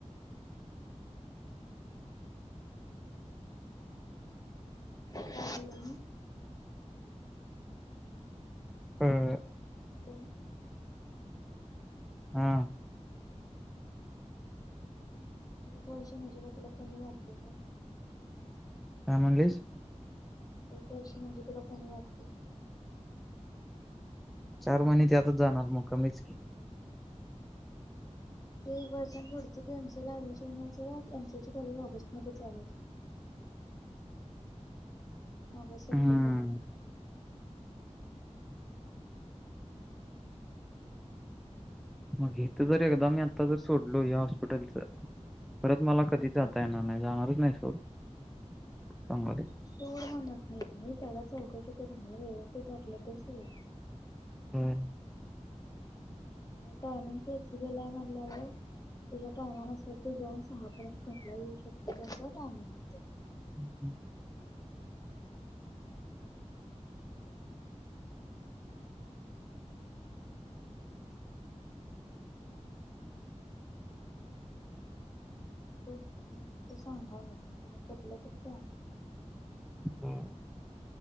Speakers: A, on the left; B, in the centre.
A: हला
B: हम
A: हम
B: हा
A: हम्म एक वर्ष म्हणजे का तुला कमी वाटते का
B: का मंगश
A: एक वर्ष म्हणजे तुला कोमी वाटत
B: चार महिने ते आतच जाणार मग कमीच की
A: ते वर्षां पुढच तू एमसी ऍडमिशन एमसीलची कॉलेज ऑगस्ट मध्ये चालत. ह. ऑगस्ट सप्टेंबर
B: हम्म
A: मध्ये
B: मग इथ जर एकदा मी आता जर सोडलो या हॉस्पिटलच परत मला कधी जाता येणार नाही जाणारच नाही सोोल चांगाले.
A: सोड म्हणत नाहीे मी त्याला चौकशी करून या व्यवस्थित वाटलं तर सोड.
B: होम.
A: आणि टायमिंग फ्लेक्सिबल आहे म्हणल्यावर तुझ्या टायमानुसार तू दन सहापर्यंत कसला येऊ शकतोस टायमिंग आहे.
B: हम् हम.
A: बघ म फक्त सांगा मी तुला कटलं तर जा.
B: हा.